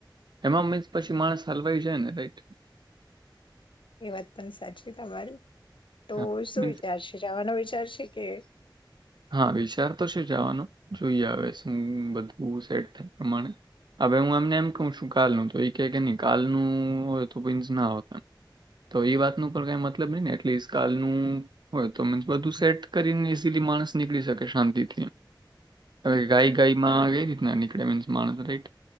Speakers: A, on the right; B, on the left.
A: એમાં મ પછી માણસ હલવાઈ જાય ને રાઈટ
B: એ વાત પણ સાચી તમારી તો
A: હા
B: શું
A: મીન્સ
B: વિચારશે જવાનો વિચાર ચર્શિકે
A: હા વિચાર તો છે જવાનો જોઈએ હવે શું બધું સેટ થાય પ્રમાણે હ હું એમને એમ કહ છું કાલનું તો એ કે કે નહી કાલનું હોય તો મીન્સ ના હોતા તો એ વાતનું પર કઈ મતલબ નહી ને એટલી કાલનું હોય તો મીન્સ બધું સેટ કરીને ઈઝીલી માણસ નીકળી શકે શાંતિથી હવે ગાય ગાયમાં એવી રીતના નીકળે મીન્સ માણસ રાઈટ